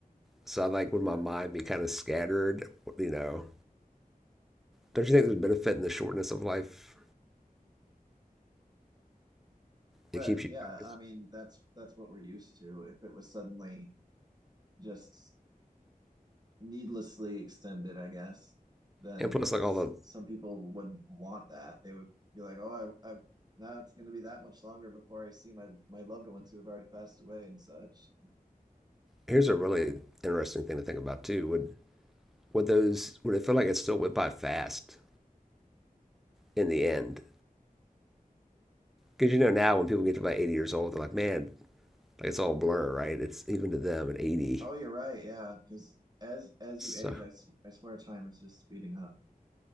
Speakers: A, in the centre; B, on the right.
A: So I like would
B: Yeah.
A: my mind be kind of scattered, you know. Don't you think there's benefit in the shortness of life?
B: Right.
A: It keeps you
B: Yeah.
A: focused.
B: I mean, that's that's what we're used to. If it was suddenly just needlessly extended, I guess, then
A: And plus like
B: s-
A: all the
B: some people wouldn't want that. They would be like, "Oh, I, I now it's going to be that much longer before I see my my loved ones who have already passed away and such."
A: here's a really interesting thing to think about too. Would would those would it feel like it still went by fast in the end? Because you know now when people get to about 80 years old, they're like, man, like it's all blur, right? It's even to them at 80.
B: Oh, you're right. Yeah, because as as
A: So
B: you age, I sw I swear time is just speeding up.